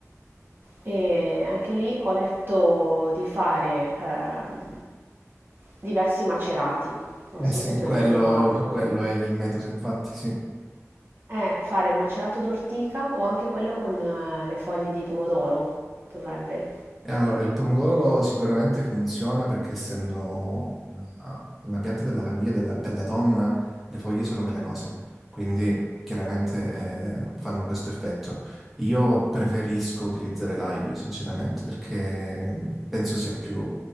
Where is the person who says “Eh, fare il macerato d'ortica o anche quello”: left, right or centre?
Right